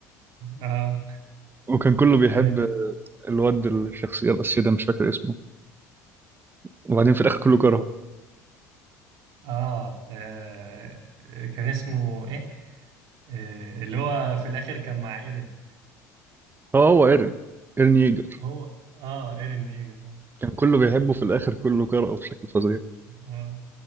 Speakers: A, on the right; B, on the right.
A: اه
B: وكان كله بيحب
A: ايوه
B: الواد الشخصية الأساسية ده مش فاكر اسمه وبعدين في الآخر كله
A: ال...
B: كرهه
A: آه. اه كان اسمه ايه آه. اللي هو في الاخر كان مع ايرين
B: اه هو ايرين ايرين ييجر
A: هو اه ايرين ييجر اه
B: كان كله بيحبه في الآخر كله كرهه بشكل فظيع
A: اه